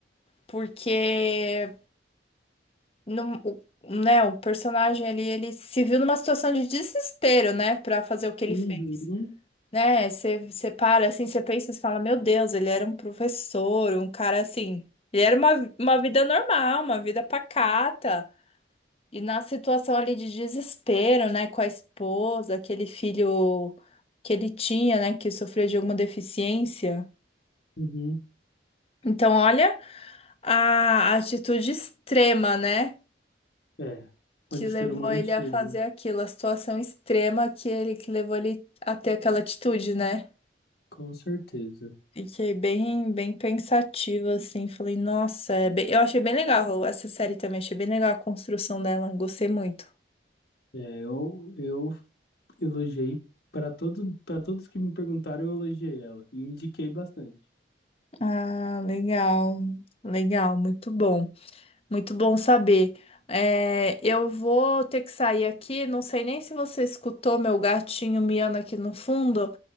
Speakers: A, on the left; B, on the left.
A: Porque, num- o, né, o personagem ali, ele se viu numa situação de desespero, né, pra fazer o que ele
B: Uhum,
A: fez, né? Você você para, assim, você pensa, você fala, meu Deus, ele era um professor, um cara assim. Ele era uma, uma vida normal, uma vida pacata. E na situação ali de desespero, né, com a esposa, aquele filho que ele tinha, né, que sofreu de alguma deficiência.
B: uhum.
A: Então, olha a atitude extrema, né,
B: É,
A: que
B: onde
A: levou
B: o ser humano
A: ele
B: chega,
A: a fazer aquilo, a situação extrema que ele que levou ele a ter aquela atitude, né?
B: com certeza.
A: Fiquei bem, bem pensativa, assim, falei, nossa, é bem- eu achei bem legal essa série também, achei bem legal a construção dela, gostei muito.
B: É, eu, eu elogiei para todos, para todos que me perguntaram, eu elogiei ela e indiquei bastante.
A: Ah, legal, legal, muito bom. Muito bom saber. É, eu vou ter que sair aqui. Não sei nem se você escutou meu gatinho miando aqui no fundo.